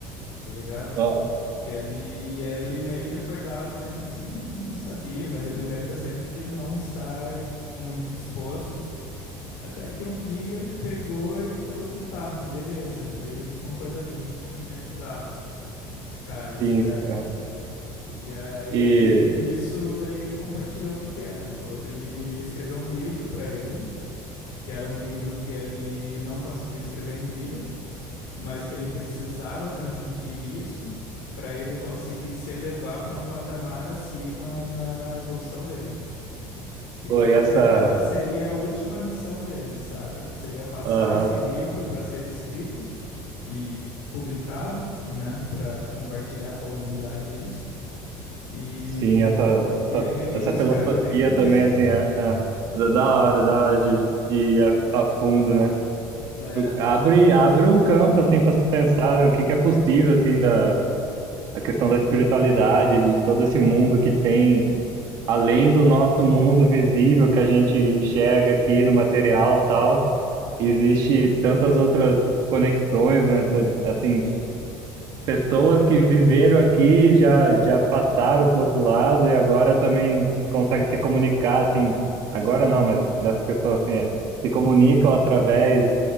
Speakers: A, on the left; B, on the right.
A: tá ligado?
B: aham,
A: Que ele, e ele meio que acordava sempre assim, não, não sabia, mas ele lembra sempre de não estar muito disposto. Até que um dia ele pegou e falou que tá, beleza, ele concordaria em, em ajudar esse cara, esse
B: sim,
A: velho.
B: aham.
A: E aí
B: E
A: nisso, daí ele compartilhou o que que era. Ele falou que ele iria escrever um livro para ele, que era um livro que ele não conseguiu escrever em vida mas que ele precisava transmitir isso para ele conseguir se elevar para um patamar acima na evolução dele. E
B: foi
A: falou
B: essa,
A: que aquela seria a última missão dele, saca? Que seria passar
B: aham,
A: esse livro para ser escrito e publicado, né, para compartilhar com a humanidade isso. E,
B: sim, essa,
A: e
B: essa,
A: aí é meio que
B: essa
A: isso,
B: filosofia
A: cara, eu tô meio que nisso.
B: também, assim, é, é, da da hora, da hora de, de ir a, a fundo, né?
A: É,
B: Abre, abre um campo, assim, para se pensar, né, o que que é possível, assim, da a questão da espiritualidade, de todo esse mundo que tem, além do nosso mundo visível que a gente enxerga aqui no material, e tal, existe tantas outras conexões, né? Tan- Assim,
A: sim,
B: pessoas que viveram aqui, já, já passaram para o outro lado e agora também conseguem se comunicar, assim,
A: sim.
B: agora não, mas nessa questão assim, é, se comunicam através